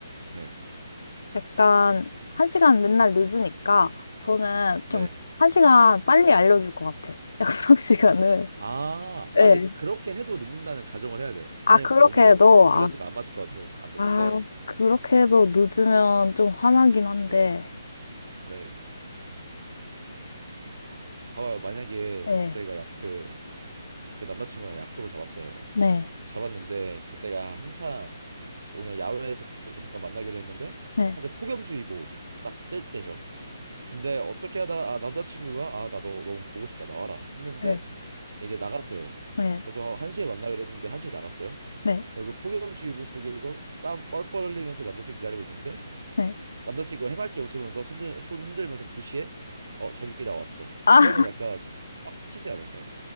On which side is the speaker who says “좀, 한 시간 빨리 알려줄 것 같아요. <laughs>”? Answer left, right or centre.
Left